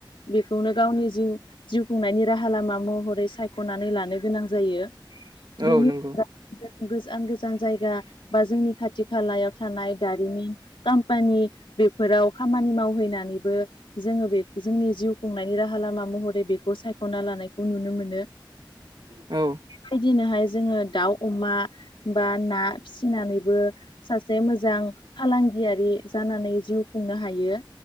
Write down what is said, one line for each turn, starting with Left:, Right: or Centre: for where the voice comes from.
Left: बेखौनो गावनि जिउ जिउ खुंनायनि राहा लामा महरै सायख'नानै लानो गोनां जायो
Right: औ
Left: बेनि
Right: नंगौ
Left: गोजान गोजान जायगा बा जोंनि खाथि खालायाव थानाय दारिमिन कम्पानि बेफोराव खामानि मावहैनानैबो जोङो बे जोंनि जिउ खुंनायनि राहा लामा महरै बेखौ सायख'ना लानायखौ नुनो मोनो <inaudible>
Right: औ
Left: बेबायदिनोहाय जोङो दाउ अमा बा ना फिसिनानैबो सासे मोजां फालांगियारि जानानै जिउ खुंनो हायो